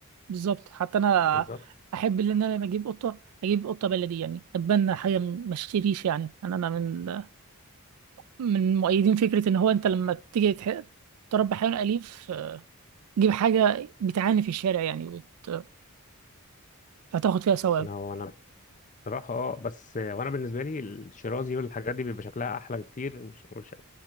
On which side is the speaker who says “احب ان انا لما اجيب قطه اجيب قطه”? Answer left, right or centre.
Right